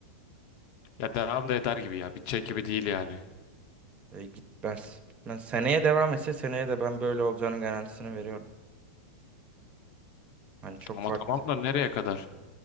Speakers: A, on the left; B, on the right.
A: Ya devam da eder gibi ya. Bitecek gibi değil yani.
B: E, gitmez. Bitmez. Seneye devam etse seneye de ben böyle olacağının garantisini veriyorum. Hani çok
A: Ama
B: farklı.
A: tamam da nereye kadar?